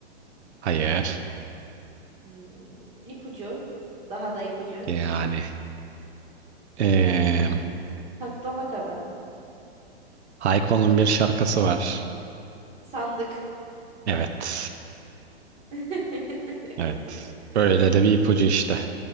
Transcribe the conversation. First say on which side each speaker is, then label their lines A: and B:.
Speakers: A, on the right (about 85°); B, on the right (about 20°).
A: hayır.
B: Hmm, ipucu. Daha da ipucu.
A: Yani. E,
B: Saklama kabı.
A: Hayko'nun bir şarkısı var.
B: Sandık.
A: Evet.
B: <laughs>
A: Evet. Böyle de bir ipucu işte.